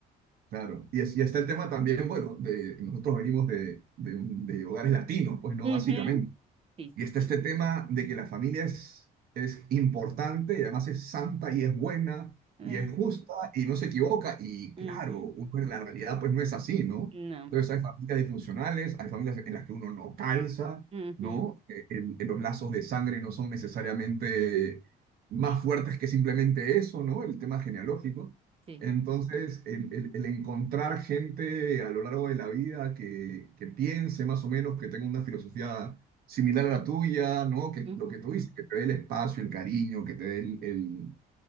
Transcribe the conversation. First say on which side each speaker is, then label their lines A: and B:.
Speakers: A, on the right; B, on the right.
A: claro. Y, es- y está el tema también, bueno, de nosotros venimos de, de, de hogares latinos, pues, ¿no?
B: Ujú.
A: Básicamente.
B: Sí,
A: Y
B: sí,
A: está
B: sí.
A: este tema de que la familia es, es importante y además es santa y es buena
B: Mm,
A: y es justa y no se equivoca. Y
B: ujú.
A: claro, uno en la realidad pues no es así, ¿no?
B: No.
A: Entonces hay familias disfuncionales, hay familias en las que uno no calza,
B: Ujú.
A: ¿no? Eh, el- que los lazos de sangre no son necesariamente más fuertes que simplemente eso, ¿no? El tema genealógico.
B: Sí.
A: Entonces, el, el- el encontrar gente a lo largo de la vida que, que piense más o menos, que tenga una filosofía similar a la tuya, ¿no? Que
B: Ujú.
A: lo que tú dices, que te dé el espacio, el cariño, que te dé el, el-